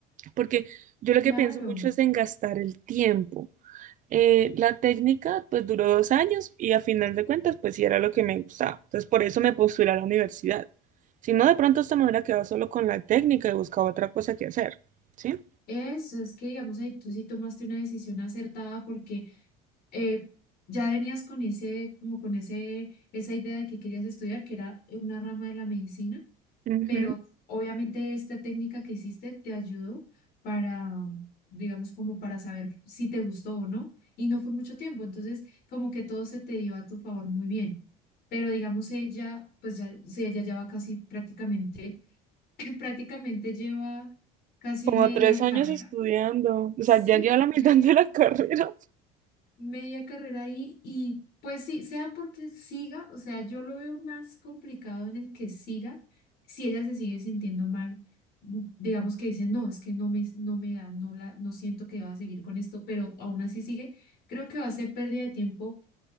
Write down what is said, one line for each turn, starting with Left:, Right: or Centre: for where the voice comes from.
Right: Porque yo lo
Left: claro,
Right: que pienso mucho es en gastar el tiempo. Eh, la técnica pues duró dos años y a final de cuentas pues sí era lo que me gustaba. Entonces por eso me postulé a la universidad. Si no, de pronto esta me hubiera quedado solo con la técnica y buscaba otra cosa que hacer, ¿sí?
Left: eso es que digamos ahí tú sí tomaste una decisión acertada porque eh, ya venías con ese, como con ese, esa idea de que querías estudiar, que era una rama de la medicina,
Right: Ujú.
Left: pero obviamente esta técnica que hiciste te ayudó para, digamos, como para saber si te gustó o no, y no fue mucho tiempo, entonces como que todo se te dio a tu favor muy bien, pero digamos ella, pues ya, sí, ella lleva casi prácticamente, <laughs> prácticamente lleva casi
Right: Como
Left: media
Right: tres
Left: carrera,
Right: años estudiando, o
Left: sí,
Right: sea, ya lleva la mitad
Left: media
Right: de la
Left: carrera
Right: <laughs> carrera.
Left: media carrera ahí y pues sí, sea porque siga, o sea, yo lo veo más complicado en el que siga, si ella se sigue sintiendo mal, mm, digamos que dice, no, es que no me, no me da, no la, no siento que va a seguir con esto, pero aún así sigue, creo que va a ser pérdida de tiempo